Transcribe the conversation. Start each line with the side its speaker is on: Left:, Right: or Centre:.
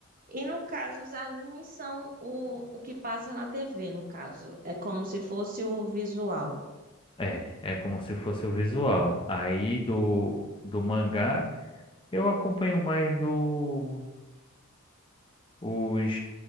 Right: E no caso, os animes são o, o que passa na TV, no caso. É como se fosse o visual.
Left: É, é como se fosse o visual. Aí do do mangá eu acompanho mais do os